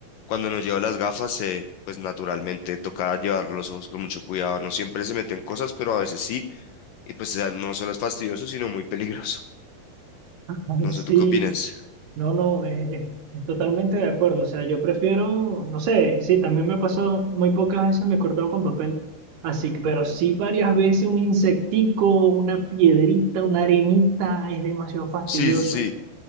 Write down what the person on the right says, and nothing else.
<laughs>
Sí,
No, no, es, es- es totalmente de acuerdo. O sea, yo prefiero, no sé, sí, también me ha pasado, muy pocas veces me he cortado con papel, así, pero sí varias veces un insectico, una piedrita, una arenita, es demasiado fastidioso.